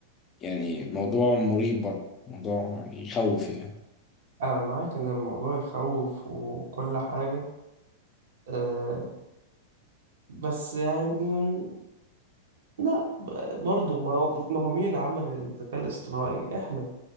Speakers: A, on the left (about 25°); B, on the right (about 75°).
A: يعني موضوع مريب برضه موضوع يخوف يعني
B: انا معاك ان الموضوع يخوف وكل حاجة أه بس يعني لا برضو ما هو ما هو مين اللي عمل الذكاء الاصطناعي احنا